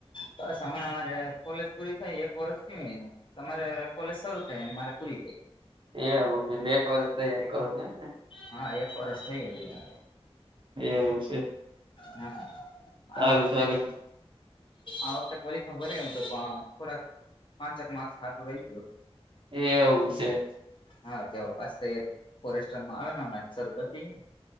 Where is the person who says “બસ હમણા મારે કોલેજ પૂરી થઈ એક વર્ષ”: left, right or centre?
Left